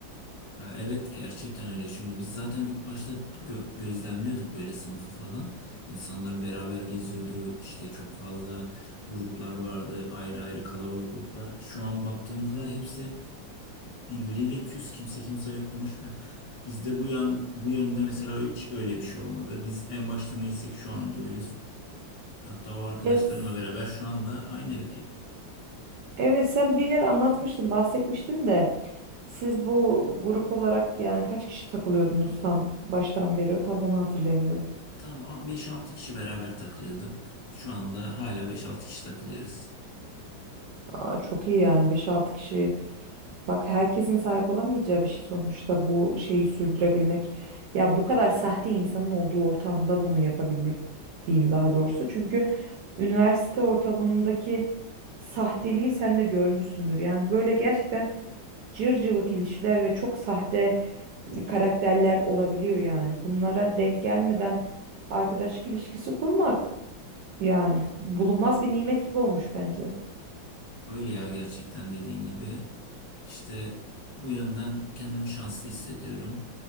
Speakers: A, on the left; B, on the right.
A: Ha, evet gerçekten öyle. Şimdi biz zaten ilk başta gö- gözlemliyorduk böyle sınıfı falan. İnsanlar beraber geziyordu. İşte çok fazla gruplar vardı. Ayrı ayrı kalabalık gruplar. Şu an baktığımızda hepsi birbiriyle küs. Kimse kimseyle konuşmuyor. Bizde bu yan bu yönde mesela hiç öyle bir şey olmadı. Biz en başta neysek şu anda oyuz. Hatta o arkadaşlarımla
B: Ya s-
A: beraber şu anda aynı evdeyim.
B: evet sen bir yere anlatmıştın, bahsetmiştin de siz bu grup olarak yani kaç kişi takılıyordunuz tam baştan beri? Tam onu hatırlayamıyorum.
A: Tam beş-altı kişi beraber takılıyorduk. Şu anda hala beş-altı kişi takılıyoruz.
B: Aa, çok iyi yani beş altı kişi Bak herkesin sahip olamayacağı bir şey sonuçta bu şeyi sürdürebilmek. Ya bu kadar sahte insanın olduğu ortamda bunu yapabilmek diyeyim daha doğrusu. Çünkü üniversite ortamındaki sahteliği sen de görmüşsündür. Yani böyle gerçekten cır cıvık ilişkiler ve çok sahte karakterler olabiliyor yani. Bunlara denk gelmeden arkadaşlık ilişkisi kurmak yani bulunmaz bir nimet gibi olmuş bence.
A: Öyle ya gerçekten dediğin gibi. İşte bu yönden kendimi şanslı hissediyorum.